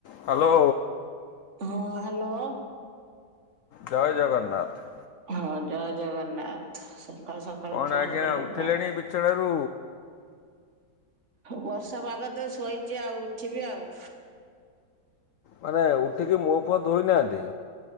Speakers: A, on the left (about 70°); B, on the right (about 45°).
A: Hello.
B: ହଁ hello.
A: ଜୟ ଜଗନ୍ନାଥ।
B: ହଁ ଜୟ ଜଗନ୍ନାଥ ସକାଳୁ ସକାଳୁ
A: କ'ଣ
B: ଫୋନ
A: ଆଜ୍ଞା
B: କଲେ
A: ଉଠିଲେଣି
B: ଯେ?
A: ବିଛଣାରୁ
B: ବର୍ଷା ପାଗ ଦ ଶୋଇଛି ଆଉ ଉଠିବି ଆଉ।
A: ମାନେ ଉଠିକି ମୁହଁ ଫୁଅ ଧୋଇନାନ୍ତି?